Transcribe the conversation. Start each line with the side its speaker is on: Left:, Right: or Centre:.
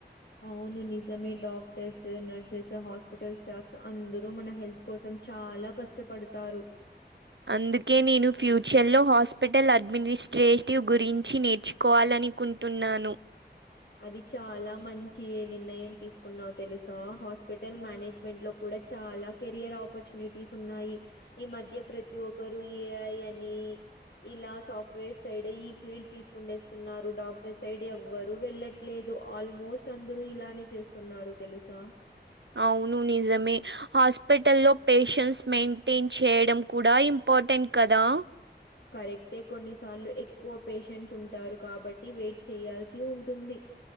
Left: అవును నిజమే డాక్టర్స్ నర్సెస్ హాస్పిటల్ స్టాఫ్స్ అందరూ మన హెల్త్ కోసం చాలా కష్టపడతారు
Right: అందుకే నేను ఫ్యూచర్లో హాస్పిటల్ అడ్మినిస్ట్రేటివ్ గురించి నేర్చుకోవాలని కుంటున్నాను
Left: అది చాలా మంచి నిర్ణయం తీసుకున్నావు తెలుసా హాస్పిటల్ మేనేజ్మెంట్ లో కూడా చాలా కెరియర్ ఆపర్చునిటీస్ ఉన్నాయి ఈ మధ్య ప్రతి ఒక్కరు ఏఐ అని ఇలా సాఫ్ట్వేర్ సైడ్ ఈ ఫీల్డ్ తీసుకుండేస్తున్నారు డాక్టర్ సైడ్ ఎవ్వరు ఎ వెళ్ళట్లేదు ఆల్మోస్ట్ అందరూ ఇలానే చేస్తున్నారు తెలుసా
Right: అవును నిజమే హాస్పిటల్లో పేషెన్స్ మెయింటైన్ చేయడం కూడా ఇంపార్టెంట్ కదా
Left: కరెక్టే కొన్నిసార్లు ఎక్కువ పేషెంట్స్ ఉంటారు కాబట్టి వెయిట్ చేయయాల్సి ఉంటుంది